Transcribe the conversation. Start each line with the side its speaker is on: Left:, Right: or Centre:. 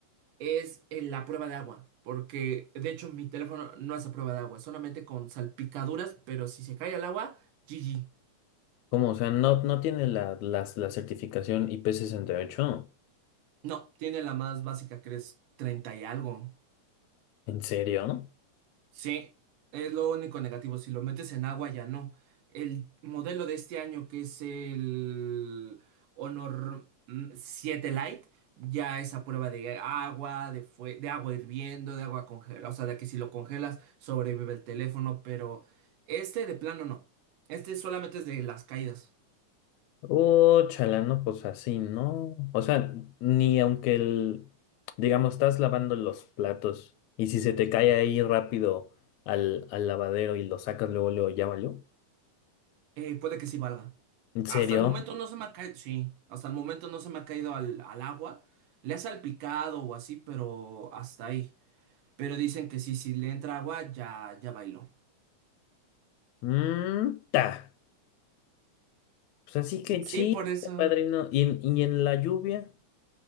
Right: es en la prueba de agua, porque de hecho mi teléfono no es a prueba de agua, solamente con salpicaduras, pero si se cae al agua, GG.
Left: ¿Cómo? O sea, no, no tiene la, las- la certificación IP68.
Right: No, tiene la más básica que es 30 y algo.
Left: ¿En serio?
Right: Sí, es lo único negativo. Si lo metes en agua, ya no. El modelo de este año, que es el Honor mm, 7 Lite, ya es a prueba de agua, de, fue- de agua hirviendo, de agua congelada. O sea, de que si lo congelas, sobrevive el teléfono, pero este de plano no. Este solamente es de las caídas.
Left: Oh, chala, no, pues así, ¿no? O sea, ni aunque el, digamos, estás lavando los platos y si se te cae ahí rápido al, al lavadero y lo sacas luego, luego, ya valió.
Right: Eh, puede que sí valga.
Left: ¿En serio?
Right: Hasta el momento no se me ha caído. Sí, hasta el momento no se me ha caído al, al agua. Le ha salpicado o así, pero hasta ahí. Pero dicen que sí, si le entra agua, ya, ya bailó.
Left: Mm, ta. Pues así que
Right: Sí,
Left: chiste,
Right: por eso.
Left: padrino. ¿Y en, y en la lluvia?